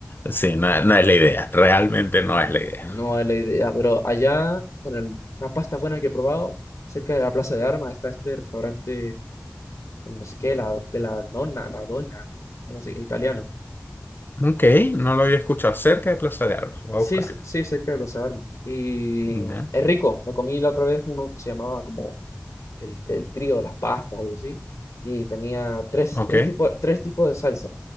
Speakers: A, on the left; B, on the left.
A: Sí, no, no es la idea, realmente no
B: <laughs>
A: es la idea.
B: No es la idea, pero allá, bueno, el- una pasta buena que he probado, cerca de la Plaza de Armas está este restaurante, el no sé qué, la, de la nonna, la donna, algo así, italiano.
A: Ok, no lo había escuchado. Cerca de Plaza de Armas. Voy
B: Sí,
A: a buscarla.
B: c- sí, cerca de Plaza de Armas. Y
A: Ya.
B: es rico, me comí la otra vez uno que se llamaba como el, el trío de las pastas, algo así, y tenía tres,
A: Ok,
B: tres tipos, tres tipos de salsa.